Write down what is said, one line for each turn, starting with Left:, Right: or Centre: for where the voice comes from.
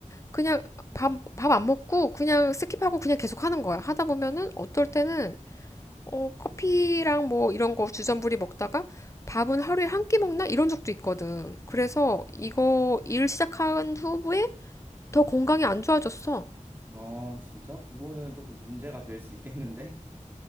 Left: 그냥 밥, 밥 안 먹고 그냥 스킵하고 그냥 계속 하는 거야. 하다 보면은 어떨 때는 어, 커피랑 뭐 이런 거 주전부리 먹다가 밥은 하루에 한 끼 먹나? 이런 적도 있거든. 그래서
Right: 아,
Left: 이거
Right: 음.
Left: 일 시작한 후에 더 건강이 안 좋아졌어.
Right: 아, 진짜? 그거는 조금 문제가 될 수 있겠는데?